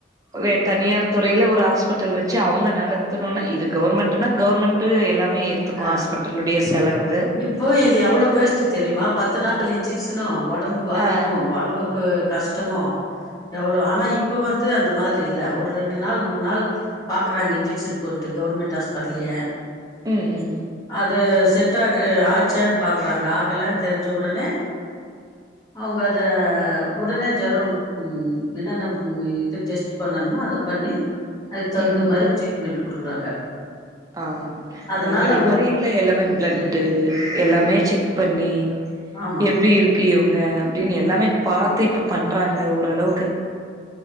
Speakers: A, on the right; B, on the left.
A: வே தனியார் துறைல ஒரு ஹாஸ்பிட்டல் வச்சு அவுங்க நடத்தனுன்னா இது கவர்மெண்ட்டுனா கவர்மெண்ட்டு எல்லா மே ஏத்துக்கு
B: ஆ
A: ஹாஸ்பிட்டலுடைய செலவு
B: இப்போ இது எவ்ளோ வேஸ்ட் தெரியுமா பத்து நாள் இன்ஜெக்ஸனு ஒடம்பு பாதிப்பு
A: ஆ
B: ஒடம்புக்கு கஷ் டமு எவ்ளோ ஆனா இப்ப வந்து அந்த மாரி இல்ல ஒரு ரெண்டு நாள் மூணு நாள் பாக்குறாங்க இன்ஜெக்ஷன் போட்டு கவர்மெண்ட் ஹாஸ்பிட்டலயே
A: ம் ம்
B: அது செட்டாக ஆச்சான் பாக்குறாங்க ஆகலன் தெரிஞ்ச உடனே அவுங்க அத உடனே ஜொரொ என்னென்ன இது டெஸ்ட் பண்ணனுமோ அத பண்ணி அதுக் தகுந்த
A: ம்
B: மாரி
A: ம்
B: ட்ரீட்மெண்ட் குடுக்குறாங்க
A: ஆம்
B: அதனால
A: முன்னாடி
B: ஒ
A: மாரி இல்ல எல்லாமே பிளட்டு
B: இல்ல
A: எல்லாமே செக் பண்ணி
B: ஆமா
A: எப்டி இருக்கு இவுங் க அப்டின்னு எல்லாமே பாத்து இப்ப பண்றாங்க ஓரளவு